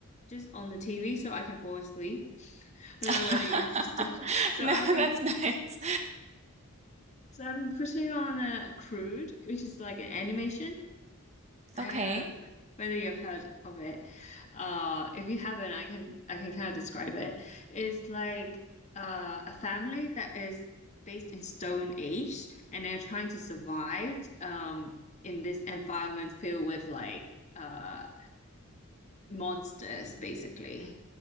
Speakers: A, on the left; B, on the right.
A: just on the TV so I can fall asleep. I
B: <laughs>
A: don't know whether you're interested. <laughs> So
B: No,
A: I've
B: that's
A: been
B: nice.
A: So I'm putting on a crude, which is like an animation. Um,
B: Okay.
A: whether you've heard of it. Uh, if you haven't, I can I can kind of describe it. It's like uh, a family that is based in Stone Age, and they're trying to survive um in this environment filled with like uh monsters, basically.